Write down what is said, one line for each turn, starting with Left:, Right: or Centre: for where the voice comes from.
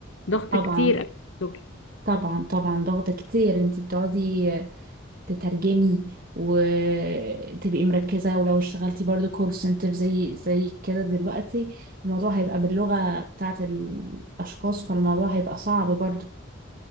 Left: ضغط
Right: طبعا
Left: كتير أوي في الشغل.
Right: طبعا طبعا ضغط كتير انتي بتقعدي تترجمي وتبقي مركزة ولو اشتغلتي برضو كول سنتر زي زي كده دلوقتي الموضوع هيبقى باللغة بتاعت الأشخاص فالموضوع هيبقى صعب برضو